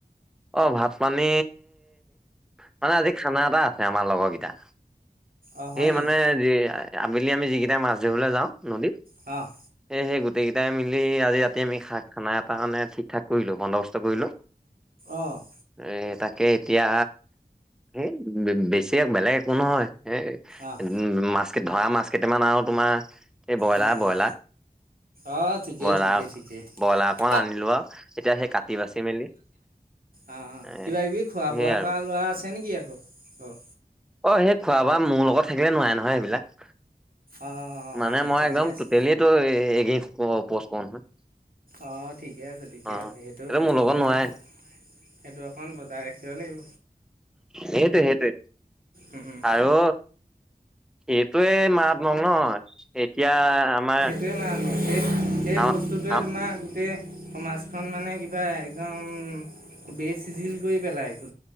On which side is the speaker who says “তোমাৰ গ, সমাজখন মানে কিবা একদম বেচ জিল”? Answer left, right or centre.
Right